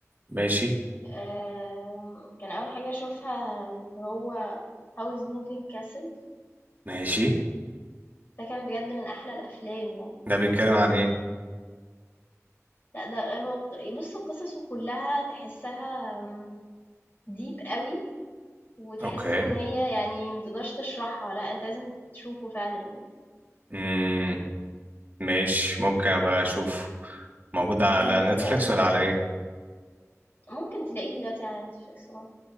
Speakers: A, on the right (about 35°); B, on the left (about 45°).
A: ماشي
B: آمم، كان أول حاجة أشوفها اللي هو House Moving Castle
A: ماشي
B: ده كان بجد من أحلى الأفلام يعني
A: ده بيتكلم عن ايه
B: لأ ده هو ق- بص قصصه كلها تحسها ديب قوي وتحس
A: اوكي
B: إن هي يعني متقدرش تشرحها لأ أنت لازم تشوفه فعلا يعني
A: امم ماشي ممكن ابقى اشوف موجود على
B: أمم، حلو
A: نتفليكس
B: قوي
A: ولا على ايه
B: ممكن تلاقيه دلوقتي على نتفليكس طبعا